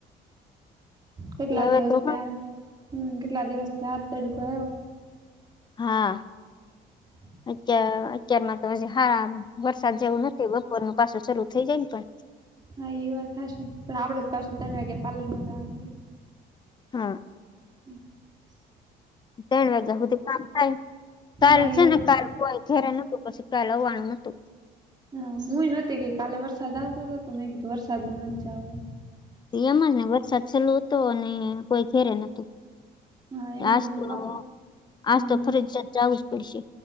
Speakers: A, on the right; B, on the left.
A: કેટલા
B: હવે
A: દિવસ
B: તો
A: થ્યા હમ કેટલા દિવસ થ્યા આજ તડકો આઈવો.
B: હા
A: <unintelligible>
B: અત્યા અત્યારમાં તો હજી વરસાદ જેવું નથી બપોરનું પાસું શરૂ થઇ જાય ને પણ
A: હા ઈ વાત હાશી પણ આપડે તો પાછું ત્રણ વાગ્યે પાર્લર માં જવાનું હ
B: હા
A: હમ <unintelligible>
B: તૈણ વાગ્યા હુધી કામ થાય કાલ
A: હા એ
B: સેને કાલ કોય ઘેરે નતું પછી કાલ આવાણુ નતું.
A: હા હુંય નતી ગઈ કે કાલે વરસાદ આવતો તો તો મેં કીધુ વરસાદ નુ નથ જાવુ.
B: એમ જ ને વરસાદ છેલ્લું હતો અને કોઈ ઘેરે નતું.
A: હા એ બધું
B: આજ તો આજ
A: હમ
B: તો ફરજિયાત જવું જ પડશે.